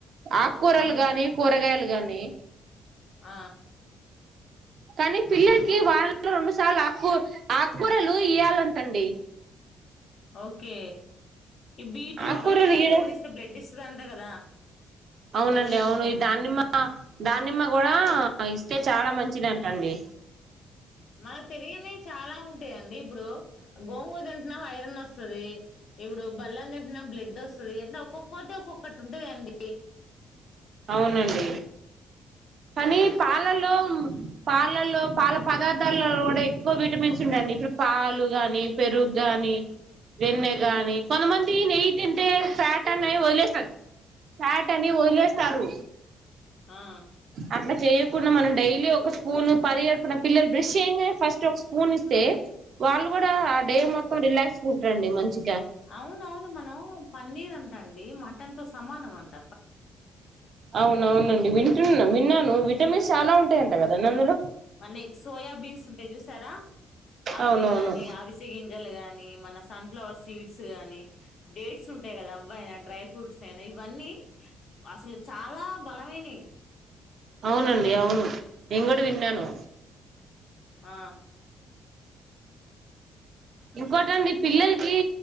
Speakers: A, on the right; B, on the left.
A: ఆకుకూరలు
B: అవును
A: గానీ కూరగాయలు గాని
B: ఆ
A: కానీ పిల్లలకి వానలో రెండుసార్లు ఆకూ ఆకూరలు ఇయాలంటండి
B: ఓకే ఈ బీట్రూట్
A: ఆకూరలు
B: క్యారెట్
A: గీడ
B: కూడా ఇస్తే బ్లడ్ ఇస్తది అంట కదా
A: అవునండి
B: బెల్లము
A: అవును ఈ దానిమ్మ దానిమ్మ కూడా ఇస్తే చాలా మంచిదంటండి
B: మనకు తెరియనవి చాలా ఉంటాయండి ఇప్పుడు గోంగూ తింటున్నాం ఐరన్ వస్తది ఇప్పుడు బల్లం తింటున్నా బ్లడ్ వస్తుంది ఎట్లా ఒక్కొక్కటి ఒక్కొక్కటి ఉంటయండి
A: అవునండి కానీ పాలల్లో పాలల్లో పాల పదార్థాల్లో కూడా ఎక్కువ విటమిన్స్ ఉంటయండి, ఇప్పుడు పాలు గాని, పెరుగు కాగాని, వెన్నె గాని కొంతమంది నెయ్యి తింటే ఫ్యాట్ అని వదిలేస్తారు ఫ్యాట్ అని వదిలేస్తారు.
B: ఆ
A: అట్లా చెయక్ కున మనం డైలీ ఒక స్పూన్ పరిగడుపున పిల్లలు బ్రష్ చేయంగానె, ఫస్ట్ ఒక స్పూన్ ఇస్తే వాళ్ళు కూడా ఆ డే మొత్తం రిలాక్స్ గా ఉంటారండి మంచి,
B: అవును అవును మనం పన్నీర్ అంటా అండి మన్ దాంతో సమానమంట
A: అవును అవునండి వింటున్నా విన్నాను విటమిన్స్ చాలా ఉంటాయంట కదాండి అందులో,
B: మన్నె సోయా బీన్స్ ఉంటయి చూసారా అవి
A: అవునవును
B: గాని అవిసెగింజలు గాని మన సంత్ ఫ్లవర్ సీడ్స్ కానీ డేట్స్ ఉంటాయి కదా, అవ్వయినా డ్రై ఫ్రూట్స్ అయినా ఇవన్నీ అసలు చాలా బలమైనయి.
A: అవునండి అవును నేను కూడా విన్నాను
B: ఆ
A: ఇంకోటండి పిల్లలకి